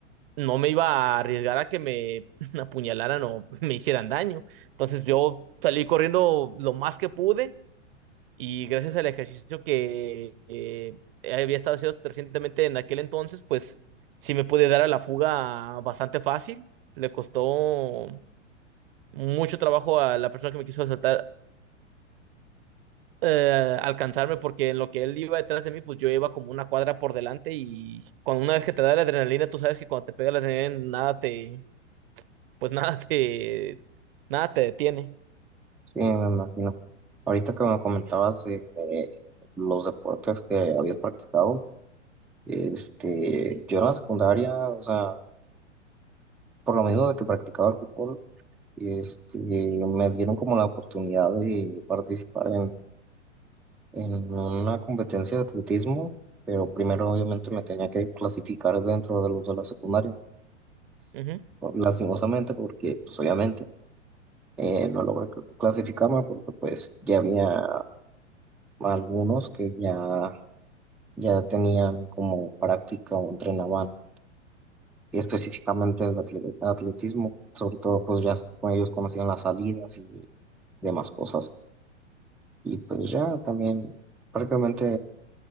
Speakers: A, on the right; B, in the centre.
A: no me iba a arriesgar a que me <laughs> apuñalaran o me hicieran daño. Entonces yo salí corriendo lo más que pude y gracias al ejercicio que eh, había estado haciendo recientemente en aquel entonces, pues sí me pude dar a la fuga bastante fácil. Le costó mucho trabajo a la persona que me quiso asaltar eh, alcanzarme porque en lo que él iba detrás de mí, pues yo iba como una cuadra por delante y cuando una vez que te da la adrenalina, tú sabes que cuando te pega la adrenalina, nada te, pues <laughs> nada te, nada te detiene.
B: Sí, me imagino. Ahorita que me comentabas de, eh, los deportes que habías practicado, este, yo en la secundaria, o sea, por lo menos de que practicaba el fútbol, este, me dieron como la oportunidad de participar en, en una competencia de atletismo, pero primero obviamente me tenía que clasificar dentro de los de la secundaria,
A: Ujú.
B: lastimosamente, porque pues obviamente eh, no logré cl- clasificarme porque pues ya había algunos que ya ya tenían como práctica o entrenaban específicamente el atle- atletismo, sobre todo pues ya con ellos conocían las salidas y demás cosas. Y pues ya también prácticamente,